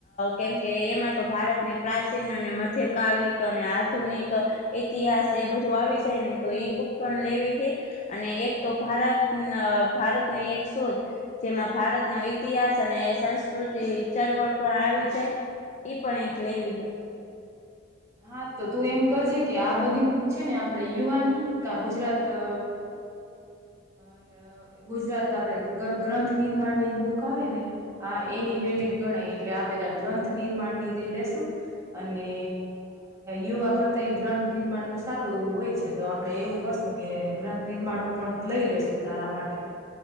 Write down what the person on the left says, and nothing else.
કેમ કે એમાં તો ભારતની પ્રાચીન મધ્યકાલિક અને આધુનિક ઇતિહાસ એ બધું આવી જાય ને તો ઈ બુક પણ લેવી છે અને એક તો ભારત ભારતની એક શોધ જેમાં ભારતનો ઇતિહાસ અને સંસ્કૃતિ ચળવળ પણ આવી જાય ઈ પણ એક લેવી હૈ.
<inaudible>